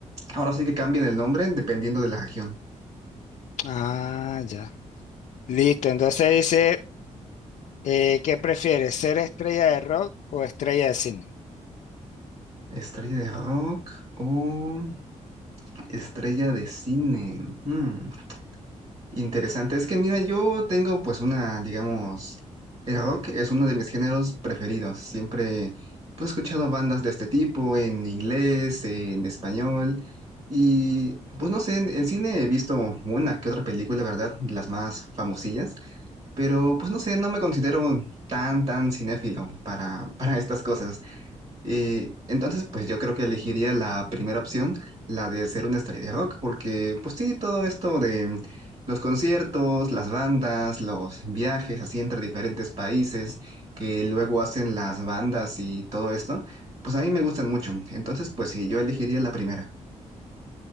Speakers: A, on the right (about 55°); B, on the left (about 70°).
A: ahora sí que cambian el nombre dependiendo de la región.
B: Ah, ya. Listo, entonces dice, eh, ¿qué prefieres, ser estrella de rock o estrella de cine?
A: Estrella de rock o estrella de cine. Hmm. Interesante. Es que mira, yo tengo pues una, digamos, el rock es uno de mis géneros preferidos. Siempre pues, he escuchado bandas de este tipo en inglés, en español y pues no sé, en, en cine he visto una que otra película, ¿verdad? de Las más famosillas, pero pues no sé, no me considero tan, tan cinéfilo para, <laughs> para estas cosas. Eh, entonces, pues yo creo que elegiría la primera opción, la de ser una estrella de rock, porque pues sí, todo esto de los conciertos, las bandas, los viajes así entre diferentes países que luego hacen las bandas y todo esto, pues a mí me gustan mucho. Entonces, pues sí, yo elegiría la primera.